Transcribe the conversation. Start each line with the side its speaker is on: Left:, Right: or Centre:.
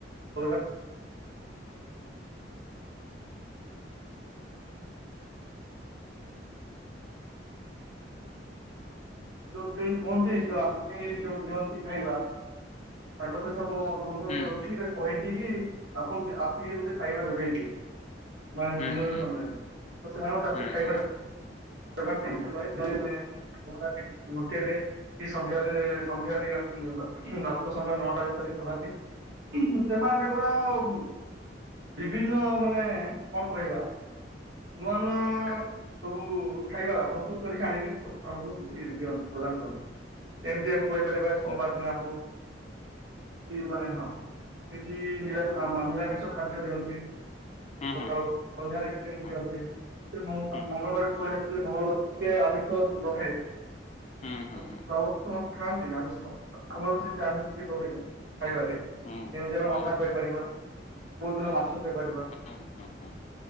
Right: <inaudible> <inaudible> <inaudible> <inaudible>
Left: ହୁଁ
Right: <inaudible>
Left: ହୁଁ ହୁଁ ହୁଁ ହୁଁ ହୁଁ
Right: <inaudible> <inaudible> <inaudible> ବିଭିନ୍ନ ମାନେ, କ'ଣ କହିବା? <inaudible> <inaudible> ଏମ୍ତି ଆମେ କଇ ପାରିବା, ସୋମବାର୍
Left: ଓହୋ
Right: ଦିନ ଆମ୍ ମାନେ ହଁ କିଛି ନିରାମିଷ ଖାଦ୍ୟ ଦିଅନ୍ତି।
Left: ହୁଁ
Right: ସକାଳୁ
Left: ହୁଁ ହୁଁ
Right: ସନ୍ଧ୍ୟାରେ
Left: ହୁଁ
Right: ଦିଅନ୍ତି ମ
Left: ହୁଁ।
Right: ମଙ୍ଗଳବାର ପରେ ମଙ୍ଗଳବାର ଟିକେ ଆମିଷ
Left: ହୁଁ ହୁଁ
Right: <unintelligible> ସମସ୍ତେ ଖାଆନ୍ତି ଆଇଁଷ ଆମର ଯେମିତି ଆଇଁଷ ହୁଏନି ଖାଇବାରେ
Left: ହୁଁ
Right: ଏମିତି ଆମେ
Left: ହୁଁ
Right: ଅଣ୍ଡା
Left: ହୁଁ ହୁଁ
Right: କରିପାରିବା କୋଉ ଦିନ ମାଛ କରିପାରିବା
Left: ହୁଁ ହୁଁ ହୁଁ।